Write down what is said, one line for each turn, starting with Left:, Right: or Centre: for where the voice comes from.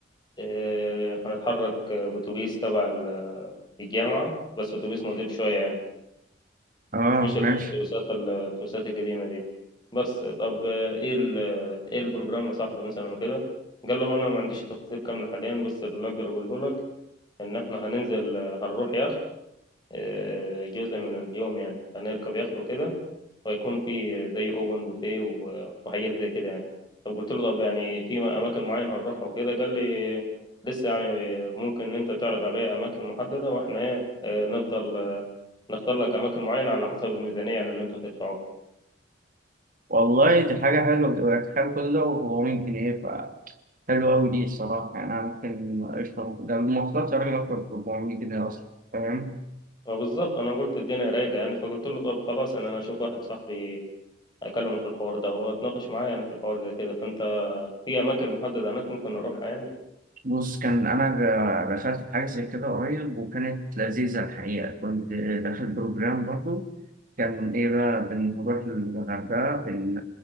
Left: إيه، هنتحرك آه، بأتوبيس تبع ال- الجامعة بس أتوبيس نظيف شوية يعني
Right: اه
Left: مش اللي
Right: ماشي
Left: هو الأتوبيسات ال- الأتوبيسات القديمة دي بس طب آه، إيه ال إيه البروجرام يا صاحبي مثلا وكده قال له أنا ما عنديش تفاصيل كاملة حاليا بس اللي أقدر أقوله لك إن إحنا هننزل آه، هنروح يخت آه، جزء من اليوم يعني هنركب يخت وكده ويكون في زي اوبن بوفيه و- وحاجات زي كده يعني طب قلت له طب يعني في اماكن معينه هنروحها وكده قال لي لسه يعني ممكن ان انت تعرض عليا اماكن محدده واحنا ايه آه، نفضل آه، نختار لك اماكن معينه على حسب الميزانيه يعني اللي انت هتدفعه
Right: والله دي حاجة حلوة تبقى تخيل كل ده و400 جنيه فحلوة أوي دي الصراحة يعني أنا ممكن قشطة ممكن- ده المواصلات يا راجل أكتر ب 400 جنيه أصلا فاهم
Left: فبالظبط انا قلت الدنيا رايقه يعني فقلت له طب خلاص انا انا اشوف واحد صاحبي اكلمه في الحوار ده واتناقش معاه يعني في الحوار ده كده فانت في اماكن محدده هناك ممكن نروحها يعني
Right: بص كان أنا جا- دخلت في حاجة زي كده قريب وكانت لذيذة الحقيقة كنت داخل بروجرام برضه كان إيه بقى بنروح الغردقة بن...